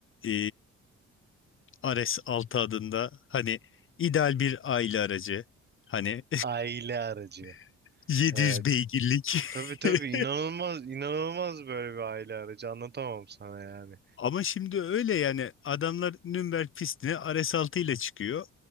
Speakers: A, on the left; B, on the right.
A: e, RS6 adında hani ideal bir aile aracı hani
B: aile aracı.
A: <laughs> 700
B: Evet.
A: beygirlik
B: Tabii tabii
A: <laughs>
B: inanılmaz inanılmaz böyle bir aile aracı anlatamam sana yani.
A: Ama şimdi öyle yani adamlar Nürnberg pistine RS6 ile çıkıyor.